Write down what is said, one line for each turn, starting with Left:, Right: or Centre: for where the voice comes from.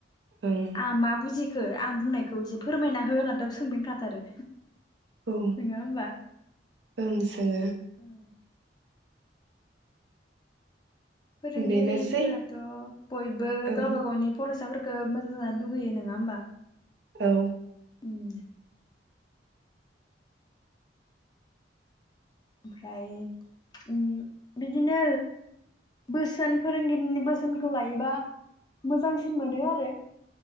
Right: ओं
Left: आ मा बुजि खो आं बुंनायखौ इसे फोरमायना हो होनना दाबो सोंफिनखाथारो।
Right: औ
Left: नङा होमबा
Right: ओं सोङो।
Left: औ। फोरोंगिरिफोराथ'
Right: बेनोसै
Left: बयबो
Right: ओं
Left: गावबा गावनि फरायसाफोर खो मोजां जाजानो लुगैयो नङा होमबा?
Right: औ।
Left: उम ओमफ्राय ओम बिदिनो बोसोन फोरोंगिरिनि बोसोनखौ लायोबा मोजांसिन मोनो आरो।